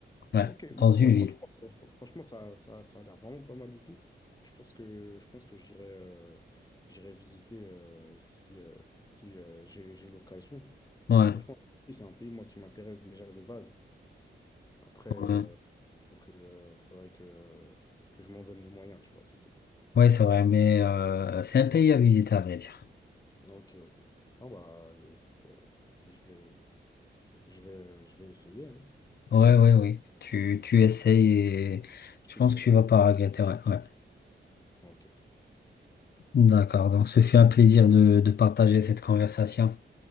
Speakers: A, on the left (about 60°); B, on the left (about 20°).
A: Ouais,
B: Ok, bah,
A: dans une
B: fr- franchement,
A: ville.
B: ça, fr- franchement, ça, ça, ça a l'air vraiment pas mal du tout. Je pense que, je pense que j'irai euh, j'irai visiter euh, si, euh, si euh, j'ai j'ai l'occasion.
A: Ouais,
B: Parce que franchement, c'est un pays, moi, qui m'intéresse déjà de base. Après, euh,
A: ouais,
B: faut que, euh, faudrait que, euh, que je m'en donne les moyens, tu vois, c'est tout.
A: Ouais, c'est vrai, mais euh, c'est un pays à visiter, à vrai dire.
B: Ok, ok. Ah bah, écoute, euh, je vais, je vais, je vais essayer, hein.
A: Ouais, ouais, oui. Tu, tu essayes et
B: Je
A: je
B: te
A: pense
B: dirai.
A: que tu vas pas regretter. Ouais, ouais.
B: Ok.
A: D'accord, donc ce fut un plaisir de, de partager cette conversation.